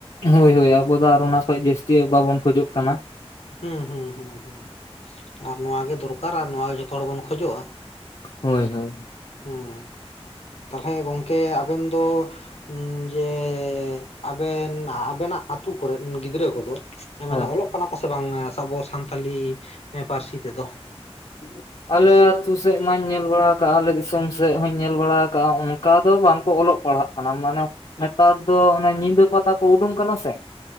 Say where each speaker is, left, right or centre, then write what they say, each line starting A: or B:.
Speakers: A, on the left; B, on the left.
A: ᱦᱳᱭ ᱦᱳᱭ ᱟᱵᱚ ᱫᱚ ᱟᱨ ᱚᱱᱟ ᱠᱷᱚᱡ ᱡᱟᱹᱥᱛᱤ ᱵᱟᱵᱚᱱ ᱠᱷᱚᱡᱚᱜ ᱠᱟᱱᱟ᱾
B: ᱦᱩᱸ ᱦᱩᱸ ᱦᱩᱸ ᱦᱩᱸ ᱟᱨ ᱱᱚᱣᱟ ᱜᱮ ᱫᱚᱨᱠᱟᱨ ᱟᱨ ᱱᱚᱣᱟ ᱜᱮ ᱡᱷᱚᱛᱚ ᱦᱚᱲ ᱵᱚᱱ ᱠᱷᱚᱡᱚᱜᱼᱟ᱾
A: ᱦᱳᱭ ᱦᱳᱭ
B: ᱦᱮᱸ ᱛᱟᱦᱞᱮ ᱜᱚᱝᱠᱮ ᱟᱵᱮᱱ ᱫᱚ ᱡᱮ ᱟᱵᱮᱱ ᱟᱵᱮᱱᱟᱜ ᱟᱛᱳ ᱠᱚᱨᱮᱱ ᱜᱤᱫᱽᱨᱟᱹ ᱠᱚ ᱫᱚ ᱢᱟᱱᱮ
A: ᱦᱳᱭ
B: ᱚᱞᱚᱜ ᱠᱟᱱᱟ ᱠᱚᱥ ᱵᱟᱝ ᱟᱵᱚ ᱥᱟᱱ ᱥᱟᱱᱛᱟᱞᱤ ᱯᱟᱹᱨᱥᱤ ᱛᱮ ᱫᱚ ᱾
A: <unintelligible> ᱟᱞᱮ ᱟᱛᱳ ᱥᱮᱫ ᱢᱟᱧ ᱧᱮᱞ ᱵᱟᱲᱟ ᱟᱠᱟᱫᱟᱼᱟ ᱟᱞᱮ ᱫᱤᱥᱚᱢ ᱥᱮᱫ ᱦᱚᱸᱧ ᱧᱮᱞ ᱵᱟᱲᱟ ᱟᱠᱟᱟᱜᱼᱟ ᱚᱱᱠᱟ ᱫᱚ ᱵᱟᱝ ᱠᱚ ᱚᱞᱚᱜ ᱯᱟᱲᱦᱟᱜ ᱚᱱᱟ ᱢᱟᱱᱮ ᱱᱮᱛᱟᱨ ᱫᱚ ᱚᱱᱮ ᱧᱤᱫᱟᱹ ᱯᱟᱛᱟ ᱠᱚ ᱩᱰᱩᱝ ᱠᱟᱱᱟ ᱥᱮ